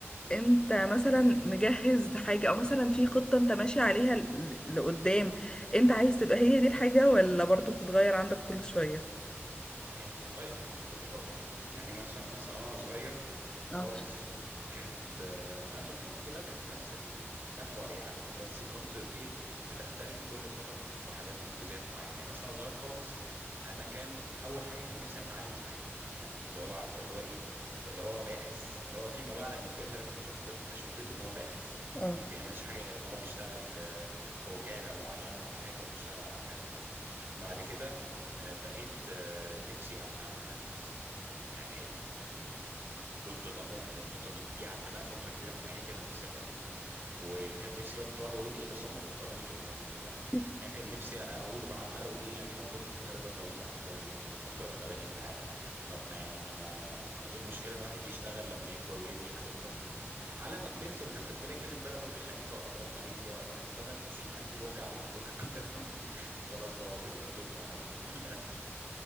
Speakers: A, on the left (about 20°); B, on the right (about 55°).
A: انت مثلا مجهز حاجة او مثلا في خطة انت ماشي عليها ل- لقدام انت عايز تبقى هي دي الحاجة ولا برضو بتتغير عندك كل شوية
B: يعني بتتغير عندي كل فترة أكيد يعني مثلا مثلا وأنا صغير
A: اه
B: خالص كانت آه، أنا طموحاتي كلها كانت في نفس المحور يعني بس كنت بإيه بتختلف كل فترة في حاجات ومجزئيات معينة يعني مثلا وأنا صغير خالص أنا كان أول حاجة كان نفسي أبقى عالم في حاجة يعني اللي هو عارفة اللي هو إيه اللي هو باحث اللي هو فيما بعد لما كبرت عرفت إن الشخص ده بيبقى شغلته إن هو باحث
A: اه
B: ما بيعملش حاجة غير إن هو بيشتغل في في وكالة معينة أو حاجة بيشتغل على أبحاث وكده بعد كده آه، بقيت آه، نفسي ابقى مهندس معماري كنت طموح للنقطه دي دي قعدت بقى فتره كبيره من حياتي انا نفسي ابقى كده وكان نفسي بقى كنت بقعد اقول ايه بس هم حطموا لي طموحاتي دي للاسف
A: <laughs>
B: يعني كان نفسي اقول بقى عمال اقول ايه يعني هو برج القاهره ده طويل على الفاضي يعني ومن اطول المباني في العالم طب ما يعني ما انا ايه المشكله ان واحد يشتغل لما يكبر ويبني حاجه اكبر منه على ما كبرت ودخلت الكليه كان اتبنى برج خليفه وابراج ماليزيا وابراج اتبنى ب 90000 برج اعلى من برج القاهره <laughs> فخلاص بوظوا لي كل طموحاتي <laughs> للاسف